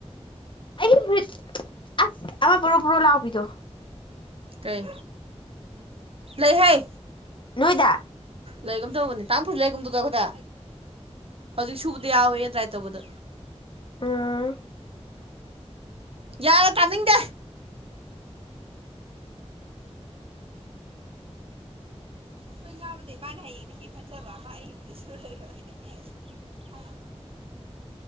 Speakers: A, on the left (about 45°); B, on the right (about 55°).
A: <unintelligible>
B: ꯀꯩ ꯂꯩꯍꯥꯏ
A: ꯅꯣꯏꯗ
B: ꯂꯩꯒꯨꯝ ꯇꯧꯕꯅꯦ ꯇꯥꯡꯐꯁꯨ ꯂꯩꯒꯨꯝꯗꯧꯗ ꯈꯗꯥ ꯍꯧꯖꯤꯛ ꯁꯨꯕꯗ ꯌꯥꯎꯋꯦ ꯗ꯭ꯔꯥꯏ ꯇꯧꯕꯗ
A: ꯑꯥ
B: ꯌꯥꯔꯦ ꯇꯥꯅꯤꯡꯗꯦ ꯁꯣꯏ ꯉꯥꯎꯕꯗꯒꯤꯩ ꯃꯥꯅ ꯍꯌꯦꯡꯗꯒꯤꯀꯦ ꯈꯟꯖꯕ ꯑꯃ ꯑꯩꯒꯤꯕꯨꯗꯤ ꯁꯨꯔ ꯂꯩꯔꯝꯃꯦ <unintelligible>